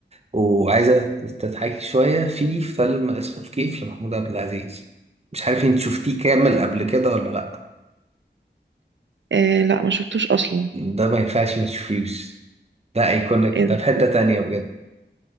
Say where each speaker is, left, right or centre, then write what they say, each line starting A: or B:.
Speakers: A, on the right; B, on the right.
A: وعايزة تضحكي شوية في فيلم اسمه الكيف لمحمود عبد العزيز مش عارف أنت شفتيه كامل قبل كده ولا لأ
B: آه لا ما شفتوش اصلا
A: ده ما ينفعش ما تشوفيهوش ده ايكونيك
B: إيه-
A: ده في حتة تانية بجد